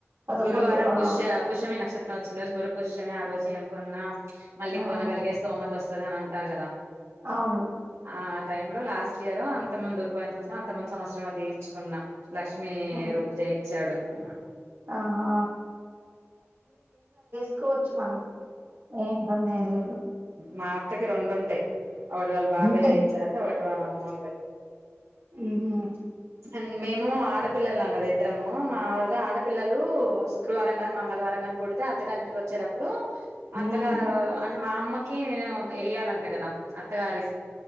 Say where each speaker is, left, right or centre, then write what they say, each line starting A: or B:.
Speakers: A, on the right (about 50°); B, on the right (about 75°).
A: పదకొండు
B: గురువారం
A: ఆ
B: పుష్య పుష్యమి నక్షత్రం వచ్చిన రోజు గురు పుష్యమి రోజు అంకున్నా మళ్ళీ
A: ఆ
B: కొనగలిగేస్తోమ వస్తుందిని అంటారు కదా
A: అవును
B: ఆ టైమ్ లో లాస్ట్ ఇయర్ అంత ముందు పోయి సంవసం అంత మంది సంవత్సరం అ నచ్చుకున్నా లక్ష్మిీ
A: ఉమ్
B: రూపుజయించాడు అ
A: ఆహా తీసుకోవచ్చు మనం ఏ ఇబ్బంది ఏం లేదు
B: మాత రెండుంటాయి్ ఒకటి వాళ్ళ బాబాయయిచ్చార
A: ఉంటాయి
B: అంట వళ్ళమ్ము
A: హమ్
B: అండ్ మేము ఆడపిల్లలుం కదా ఇద్దరము మాములుగా ఆడపిల్లలు శుక్రవారం కానీ మంగళవారం కానీ పూడితే అత్తగారింటికి వచ్చేటప్పుడు అత్తగారు
A: ఉమ్
B: అంటే మా అమ్మ నేను వేయ్యాలంట కదా అత్తగారి